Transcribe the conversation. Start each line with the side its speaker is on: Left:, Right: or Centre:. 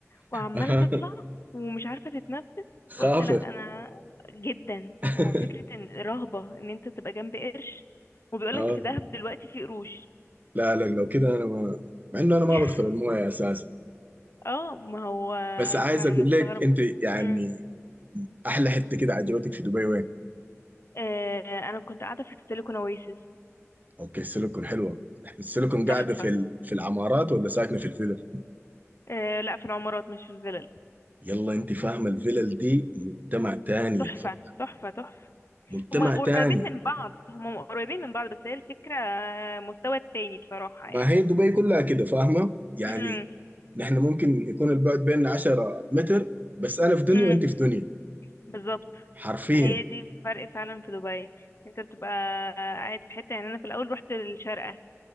Left: وعماله
Right: اها
Left: تطلع ومش عارفه تتنفس
Right: خافر
Left: فقلت لا انا جدا
Right: <laughs>
Left: هو فكره ان رهبه ان انت تبقى جنب قرش وبيقولك
Right: اه
Left: في دهب دلوقتي في قروش
Right: لا لا لو كده انا ما مع انه
Left: <laughs>
Right: انا ما بدخل المويه اساسا
Left: اه ما هو
Right: بس عايز
Left: ما انا
Right: اقول
Left: مستغربة
Right: لك انت يعني
Left: امم
Right: احلى حته كده عجبتك في دبي وين؟
Left: آه انا كنت قاعدة في السيليكون اويسيس
Right: اوكي السيليكون حلوه السيليكون
Left: تحفة
Right: قاعده في ال... في العمارات ولا ساكنه في الفلل؟
Left: آه لا في العمارات مش في الفلل
Right: يلا انت فاهمه الفلل دي مجتمع تاني
Left: تحفة
Right: يا فرده
Left: تحفة تحفة
Right: مجتمع
Left: هما قريبين
Right: تاني
Left: من بعض هما قريبين من بعض بس هي الفكرة مستوى تاني بصراحة
Right: ما
Left: يعني
Right: هي دبي كلها كده فاهمه؟ يعني
Left: امم
Right: نحن ممكن يكون البعد بيننا 10 متر بس انا في دنيا
Left: امم
Right: وانت في دنيا
Left: بالظبط
Right: حرفيا
Left: هي دي الفرق فعلا في دبي انت بتبقى قاعد في حتة يعني انا في الاول رحت الشارقة